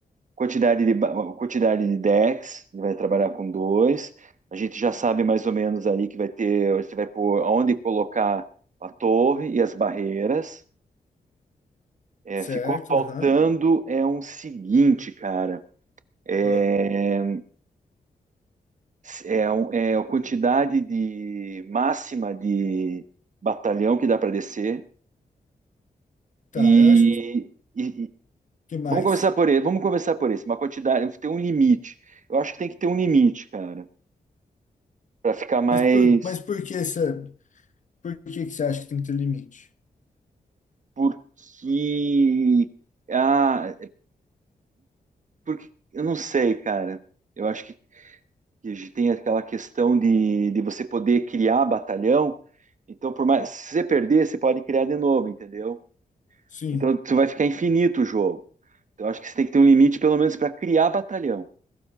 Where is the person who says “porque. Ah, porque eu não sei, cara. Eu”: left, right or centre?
Right